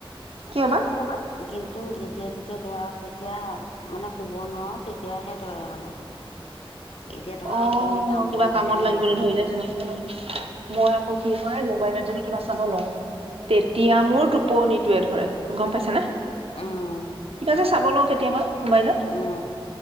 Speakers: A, on the right; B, on the left.
A: কিয় বা?
B: কিয়বা কিন্তু যেতিয়া তেতিয়া ধৰক। যেতিয়া মানে। শুব নোৱাৰো তেতিয়াহে ধৰে মানে'। এতিয়া ধৰা
A: অঁ,
B: এনেই কাম
A: কিবা
B: বন
A: কামত
B: থাকে ন
A: লাগিবলৈ
B: ইটো সিটো
A: ধৰিলে তেনেকে নাই মই আকৌ কি হয় ন। মোবাইলত যদি কিবা চাব লয়, তেতিয়া মোৰ টোপনিটোয়ে ধৰে। গম পাইছা নে
B: উম
A: কিবা যে চাব লগা কেতিয়াবা মোবাইলত
B: উম।